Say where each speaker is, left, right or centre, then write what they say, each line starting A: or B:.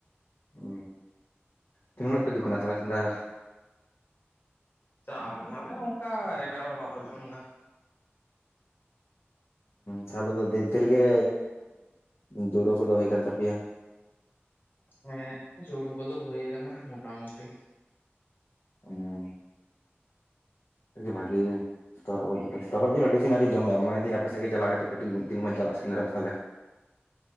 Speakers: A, on the left (about 85°); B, on the left (about 45°).
A: ᱦᱩ ᱛᱤᱱ ᱦᱚᱲ ᱯᱮ ᱫᱩᱠᱟᱹᱱᱟ ᱛᱟᱦᱚᱞᱮ ᱥᱮᱸᱫᱽᱲᱟ?
B: ᱪᱟ ᱮᱱᱟᱞᱮ ᱚᱱᱠᱟ ᱮᱜᱟᱨᱚ ᱵᱟᱨᱚ ᱡᱚᱱ ᱜᱟᱱ ᱾
A: ᱛᱟᱦᱚᱞᱮ ᱫᱚ ᱫᱷᱮᱨ ᱫᱷᱮᱨ ᱜᱮ ᱡᱳᱲᱳ ᱠᱚᱫᱚ ᱦᱩᱭ ᱠᱟᱱ ᱛᱟᱯᱮᱭᱟ ᱾
B: ᱦᱮᱸ ᱡᱳᱲᱳ ᱠᱚᱫᱚ ᱦᱳᱭ ᱟᱠᱟᱱᱟ ᱢᱚᱴᱟ ᱢᱩᱴᱤ
A: ᱚ ᱟᱹᱰᱤ ᱵᱷᱟᱜᱮ <unintelligible> ᱛᱚᱨᱦᱚᱫ ᱡᱤᱞ ᱟᱹᱰᱤ ᱫᱤᱱ ᱟᱹᱣᱨᱤ <unintelligible> ᱢᱟᱱ ᱫᱮᱧ ᱟᱯᱮ ᱥᱮᱫ ᱜᱮ ᱪᱟᱞᱟᱣ ᱠᱟᱛᱮ ᱠᱟᱹᱴᱤᱡ ᱢᱤᱫ ᱫᱤᱱ ᱵᱚᱱ ᱪᱟᱞᱟᱜ-ᱟ ᱥᱮᱫᱽᱨᱟ ᱛᱟᱦᱚᱞᱮ ᱾